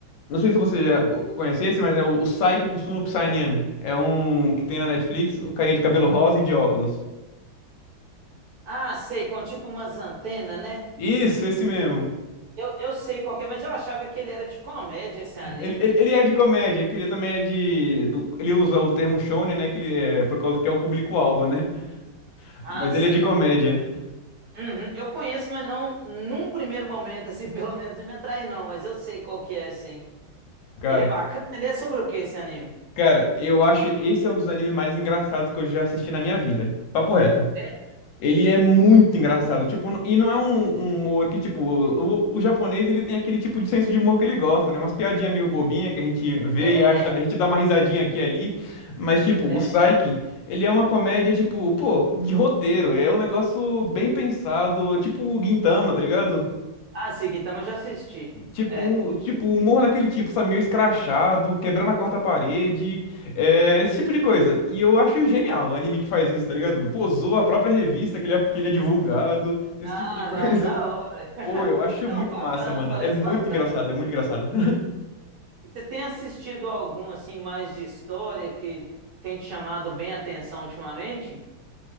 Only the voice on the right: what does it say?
Ah, sei, com tipo umas antenas, né?
Eu, eu sei qual que é, mas eu achava que ele era de comédia, esse anime.
Ah,
sim.
Uhum, Eu conheço, mas não num primeiro momento, assim, <laughs> pelo menos não me atrai, não, mas eu sei qual que é, sim.
Ele é bacana, ele é sobre o que esse anime?
É,
é.
é.
Ah, sim. Gintama eu já assisti.
É.
Ah,
não, da
hora. <laughs>
Não,
bacana,
parece
bacana.
E você tem assistido algum, assim, mais de história que tem te chamado bem a atenção ultimamente?